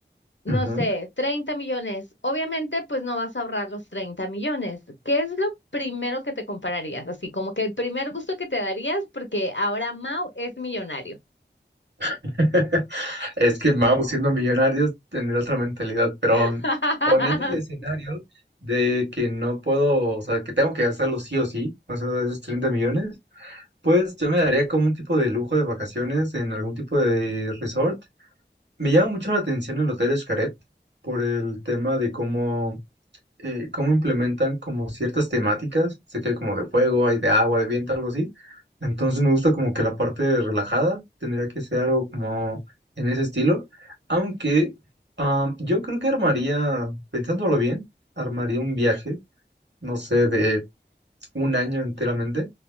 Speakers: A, on the left; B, on the right.
A: no
B: Ujú.
A: sé, 30 millones. Obviamente, pues no vas a ahorrar los 30 millones. ¿Qué es lo primero que te compararías? Así como que el primer gusto que te darías porque ahora Mau es millonario.
B: <laughs> Es que, vamos, siendo millonarios, tener otra mentalidad, pero
A: <laughs>
B: poniendo el escenario de que no puedo, o sea, que tengo que hacerlo sí o sí, o sea, esos 30 millones, Pues yo me daría como un tipo de lujo de vacaciones en algún tipo de resort. Me llama mucho la atención el Hotel Xcaret por el tema de cómo, eh, cómo implementan como ciertas temáticas. Sé que hay como de fuego, hay de agua, de viento, algo así. Entonces me gusta como que la parte relajada tendría que ser algo como en ese estilo. Aunque ah, yo creo que armaría, pensándolo bien, armaría un viaje, no sé, de un año enteramente